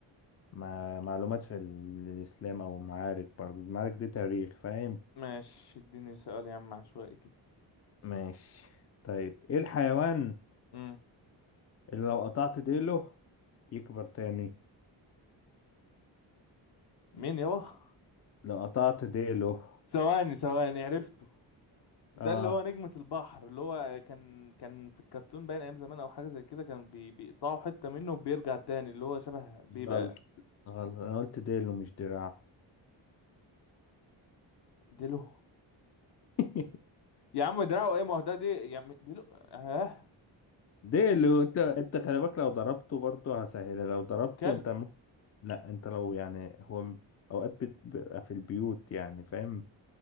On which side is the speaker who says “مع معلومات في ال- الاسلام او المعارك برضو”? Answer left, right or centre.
Left